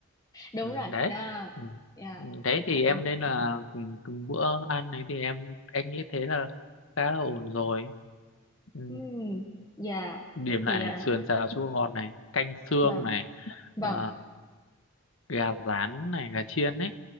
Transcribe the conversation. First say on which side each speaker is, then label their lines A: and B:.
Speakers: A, on the left; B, on the left.
A: đúng
B: Ừ,
A: rồi
B: đấy
A: à,
B: ừ.
A: dạ
B: Đấy thì em
A: ờ,
B: nên là ừ, từng bữa ăn này thì em anh nghĩ thế là khá là ổn rồi ừ.
A: ừ, dạ
B: Điểm lại
A: thì
B: này,
A: à,
B: sườn xào chua ngọt này canh xương
A: vâng
B: này
A: vâng
B: ờ, gà rán này gà chiên ấy